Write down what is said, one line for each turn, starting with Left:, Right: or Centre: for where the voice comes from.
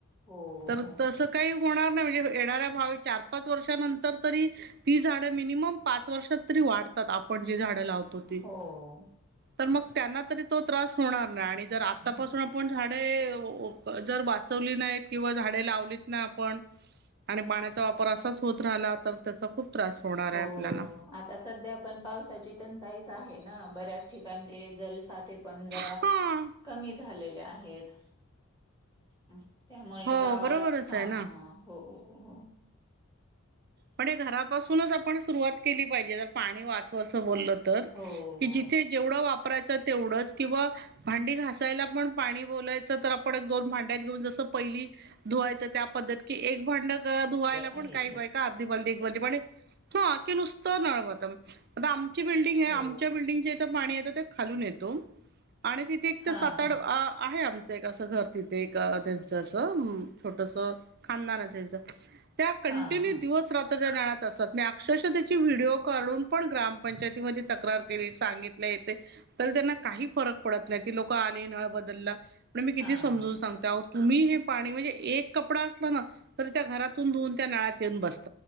Left: हो,
Right: तर
Left: हो,
Right: तस काही होणार नाही म्हणजे येणाऱ्या भावी चार पाच वर्षांनंतर नंतर तरी ती झाड मिनिमम पाच वर्षात तरी वाढतात आपन झाड लावतो ते
Left: हो.
Right: तर मग त्यांना तरी तो त्रास होणार नाही आणि जर आतापासून आपण झाडे जर वाचवली नाही किंवा झाडे लावलीत ना आपण आणि पाण्याचा वापर असाच होत राहिला तर त्याचा त्रास होणार
Left: हो
Right: आहे आपल्याला.
Left: आता सध्या पण पावसाची टंचाईच आहे. बऱ्याच ठिकाणी जल साठे पण जरा
Right: हा,
Left: कमी झालेत. ते आहेत आहे त्यामुळे
Right: हो
Left: गावाला
Right: बरोबरच
Left: हा
Right: आहे ना.
Left: हो हो
Right: म्हणे घरापासूनच आपण सुरुवात केली पाहिजे जर पाणी वाच बोललो तर
Left: हो
Right: की जिथे जेवढ वा परायचं तेवढंच किंवा भांडी घासायला पण पाणी बोलायच तर आपण एक दोन भांड्यात घेऊन ज पहिली धुवायच त्या पद्धत एक भांड धुवायला
Left: ते
Right: पण
Left: पाहिजेत
Right: काही बाई का अर्धी बार्डी एक बार्डी पण ह की नुसतं नळ मत आता आमची बिल्डिंग आहे
Left: हो
Right: आमच्या बिल्डिंगचे इथं पाणी येतं ते खालून येतो. आणि तिथे एक
Left: हा
Right: तर साताड
Left: हा
Right: आहे आम एक असं घर तिथे एक त्यांचं असं छोटस खानदानच आहेच त्यां त्या कंटिन्यू
Left: हा हा
Right: <unintelligible> नळात असतात मी अक्षरश त्याची व्हिडिओ काढून पण ग्रामपंचायतीमध्ये तक्रार केली सांगित येते तर त्यांना काही फरक पडत नाही की लोक आले नळ बदलला. पण मी किती
Left: हा
Right: समजून सांगता तुम्ही हे पाणी म्हणजे एक कपडा असला ना तर त्या घरातून धुऊन त्या नळात येऊन बसता.